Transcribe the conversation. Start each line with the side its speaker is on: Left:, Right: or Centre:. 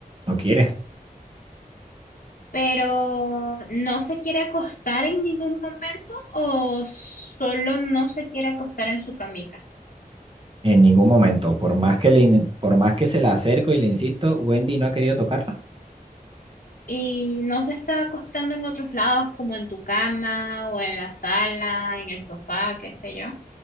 Right: no quiere.
Left: pero no se quiere acostar en ningún momento o solo no se quiere acostar en su camita.
Right: En ningún momento, por más que le, in- por más que se la acerco y le insisto, Wendy no ha querido tocarla,
Left: Y no se está acostando en otros lados, como en tu cama o en la sala, en el sofá, qué sé yo.